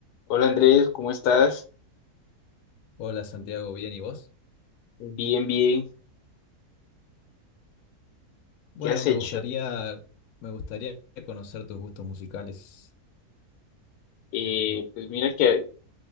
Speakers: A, on the left; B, on the left.
A: Hola Andrés, ¿cómo estás?
B: Hola Santiago, bien, ¿y vos?
A: Bien, bien.
B: Bueno,
A: ¿Qué has
B: me
A: hecho?
B: gustaría, me gustaría conocer tus gustos musicales.
A: Eh, pues mira que